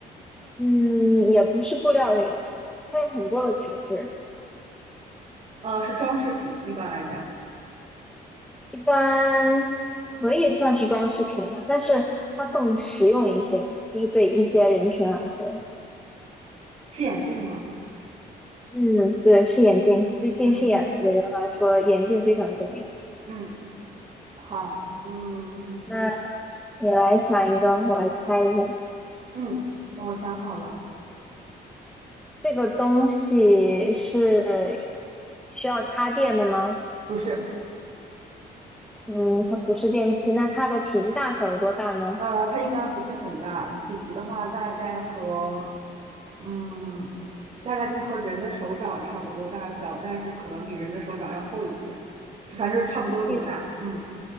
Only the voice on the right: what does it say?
呃，是装饰品，一般来讲，
是眼镜吗？
嗯
嗯，好，嗯
嗯，我想好了。
不是，
呃，它一般不是很大，体积的话大概和，嗯，大概就是和人的手掌差不多大小，但是可能比人的手掌要厚一些，反正就是差不多那么大。
嗯，